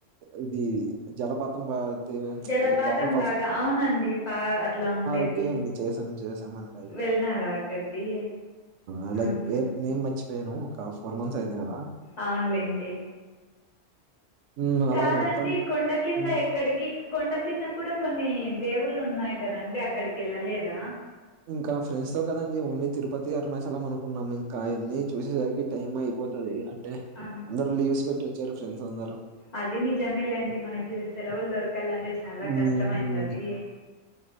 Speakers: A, on the right; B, on the left.
A: ఇది జలపాతం బా
B: జలపాతం
A: లైక్ వాటర్ ఫాల్స్
B: లాగా అవునండి పా అట్లా ఉండేది
A: ఓకే అండి చేసాం చేసాం మండి అదికూడా
B: వెళ్ళినారా అక్కడికి
A: ఆ లైక్
B: ఆహా
A: పేరు నేను మర్చిపో యను ఒక ఫోర్ మంత్స్ అయింది కదా
B: అవునులేండి
A: హ్మ్. అలాగే
B: కదండి
A: మొత్తం
B: కొండ కింద
A: హ్మ్.
B: ఎక్కడికి కొండ కింద కూడా కొన్ని దేవుళ్ళు ఉన్నాయి కదండి అక్కడికేళ్ళలేదా
A: ఇంకా ఫ్రెండ్స్ తో కదండి ఓన్లీ తిరుపతి అరుణాచలం అనుకున్నాము ఇంకా అవన్నీ చూసేసరికి టైం అయిపోతది అంటే
B: ఆ
A: అందరూ లీవ్స్ పెట్టి వచ్చారు ఫ్రెండ్స్ అందరు
B: అది నిజమేలేండి మనకి సెలవులు దొరకాలంటే చాలా
A: హ్మ్.
B: కష్టమైతాది